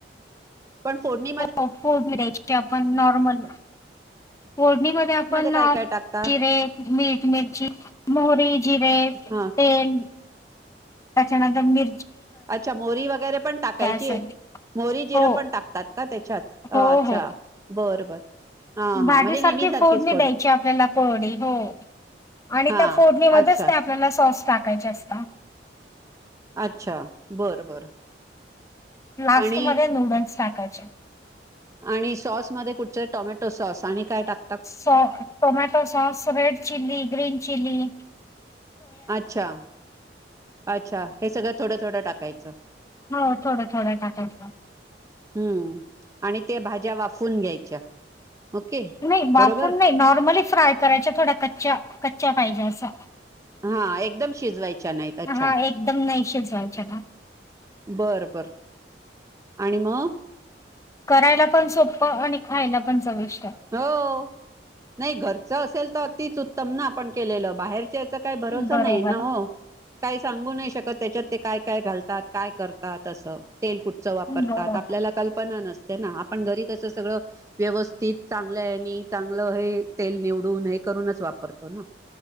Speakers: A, on the right; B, on the left.
A: पण फोडणी
B: हो फोडणी दयायची आपण नॉर्मल फोडणीमध्ये आपण
A: काय काय टाकता
B: जिरे मीट मिर्ची मोहरी जिरे
A: हा
B: तेल. त्याच्यानंतर मी
A: अच्छा मोहरीर वगैरे पण टाकायची
B: असेल
A: मोहरी जिरं
B: हो
A: पण टाकतात. का त्याच्यात
B: हो
A: अच्छा
B: हो
A: बर बर. हा
B: भाजीसारखी
A: हा म्हणजे नेहमी सारखीच
B: फोडणी द्यायची आपल्याला कोरडी हो आणि
A: हा
B: त्या फोडणीमध्येच
A: अच्छा
B: ते आपल्याला सॉस टाकायचे असतात.
A: अच्छा बरं बरं.
B: लास्ट
A: आणि
B: मध्ये नूडल्स टाकायचे
A: आणि सॉसमध्ये कुठचे टोमॅटो सॉस आणि काय टाक.
B: सॉ tomato sauce red chilli green chilli.
A: अच्छा अच्छा हे सगळं थोडं थोडं टाकायचं.
B: हो थोडं थोडं टाकायचं.
A: हम्म आणि ते भाज्या वाफवून घ्यायच्या. ओके
B: नाही वाफवून
A: बरोबर
B: नाही नॉर्मली फ्राय करायच्या थोडा कच्च्या कच्च्या पाहिजे असं.
A: हा एकदम शिजवायच्या नाहीत अच्छा.
B: हा एकदम नाही शिजवायच्या का?
A: बरं बरं आणि मग.
B: करायला पण सोप आणि खायला पण चविष्ट आहे.
A: हो नाही घरच असेल तर अतीच उत्तम ना आपण केलेलं बाहेरच्या. काही भरोसा
B: बरोबर
A: नाही ना हो. काही सांगू नाही शकत त्याच्यात ते काय काय घालतात काय करतात असं. तेल कुठचं वापरतात
B: बरोबर
A: आपल्याला कल्पना नसते ना आपण घरी कसं सगळं. व्यवस्थित चांगल्यानी चांगलं हे तेल निवडून हे करूनच वापरतो ना.